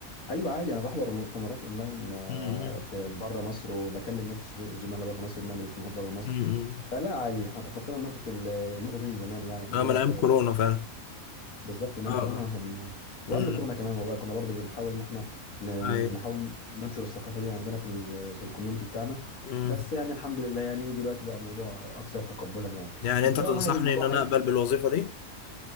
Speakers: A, on the left (about 70°); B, on the left (about 55°).
A: ايوه عادي انا بحضر مؤتمرات اونلاين آه،
B: امم
A: في بره مصر وبكلم ناس ز- زملاء بره مصر بنعمل اجتماعات بره مصر
B: امم
A: فلا عادي احنا تخطينا نقطة ال- النقطة دي من زمان يعني احنا
B: ده
A: بقينا
B: من
A: ب-
B: ايام كورونا
A: مش
B: فعلا
A: بالظبط من ايام
B: اه اه
A: كورونا واحنا بن... وقبل
B: امم
A: كورونا كمان والله كنا برضو بنحاول ان احنا ن-
B: ايوه
A: نحاول ننشر الثقافة دي عندنا في ال... في الكوميونتي بتاعنا
B: مم.
A: بس يعني الحمد لله يعني دلوقتي بقى الموضوع اكثر تقبلا يعني
B: يعني
A: وان
B: انت
A: شاء
B: تنصحني
A: الله هي- الموضوع
B: ان انا
A: هي...
B: اقبل بالوظيفة دي